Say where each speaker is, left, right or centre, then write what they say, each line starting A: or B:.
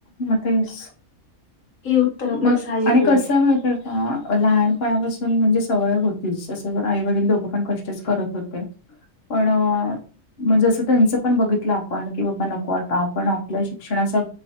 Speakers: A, on the left; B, on the left.
A: म तेच,
B: हे उत्तर आपल्याला
A: मग
B: साहजिक
A: आणि
B: मिळतं
A: कसं माहिती ए? आ, लहानपणापासून म्हणजे सवय होतीच असं तर, आई वडील दोघं पण कष्टच करत होते. पण अ म जसं त्यांचं पण बघितलं आपण, की बाबा नको आता आपण आपल्या शिक्षणाचा